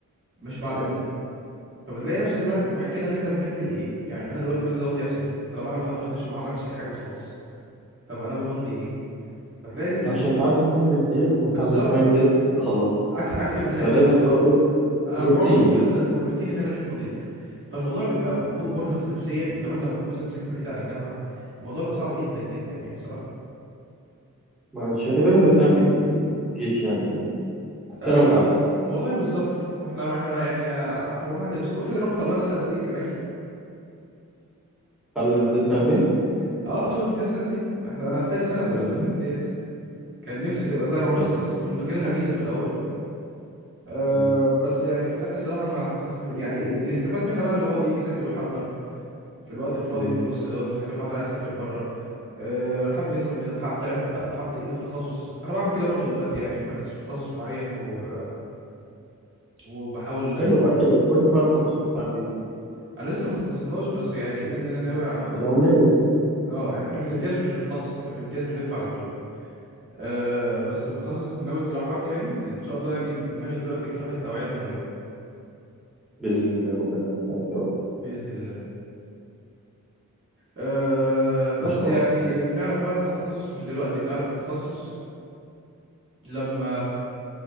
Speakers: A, on the right (about 35°); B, in the centre.
A: مش مع الامضاء فبتلاقي نفس الواحد الواحد كده ان احنا بنعمل ايه يعني انا دلوقتي بنزل امضي عشان ايه طالما انا ما حضرتش وما عملتش اي حاجه خالص طب انا بمضي ايه فتلاقي ال...
B: عشان تعدي السنة الامتياز ما أنت
A: بالظبط
B: عندك سنة امتياز لازم تخلصها
A: أكت... اكتب ان انا ايه
B: فلازم
A: بالظبط
B: رو- رو-
A: اروح
B: روتين
A: اروح مضيت
B: روتين
A: من الروتين ان انا جيت مضيت فالموضوع بيبقى م- مرهق نفسيا وكمان لما تكون بالذات ساكن بعيد عن الجامعه الموضوع بيبقى صعب جدا جدا يعني صراحه
B: مش هتبقى زي سنة الجيش يعني سنة
A: أه
B: وتعدي
A: والله بالظبط هو احنا ما احنا يعني اعتبرناها كده بس هو الفكره هم خلونا سنتين كمان
B: قالوا لي انت لسه سنتين
A: <laughs> اه خلوا الامتياز سنتين احنا انا في تاني سنه دلوقتي
B: والله
A: في الامتياز كان نفسي تبقى سنه ونخلص
B: طيب.
A: كنا فاكرينها ميزه في الاول أه
B: مم.
A: بس يعني في الاخر صراحه ما حس يعني ال- اللي استفاد منها بقى اللي هو ايه بيذاكر ويحضر في الوقت الفاضي
B: مم.
A: في النص دوت بيذاكر ويحضر عايز يسافر بره أه حد بيزم بي- حد عرف حط ايده في تخصص انا بعمل كده برضو دلوقتي يعني مركز في تخصص معين و... وبحاول
B: ايوه بقى كده قول لي بقى التخصص بتاعك ايه
A: انا لسه ما اتخصصناش بس يعني باذن الله ناوي على اخد
B: انا وناوي
A: اه
B: مم.
A: يعني احنا في الامتياز مش بنتخصص احنا في الامتياز بنلف على طول أه بس بنخصص ناوي الجراحات يعني ان شاء الله يعني اللي في دماغي دلوقتي جراحة اوعية دموية
B: بإذن الله ربنا يوفقك يا رب
A: باذن الله أه بس
B: ان شاء
A: يعني
B: الله
A: بنعرف بقى احنا التخصص مش دلوقتي بنعرف التخصص لما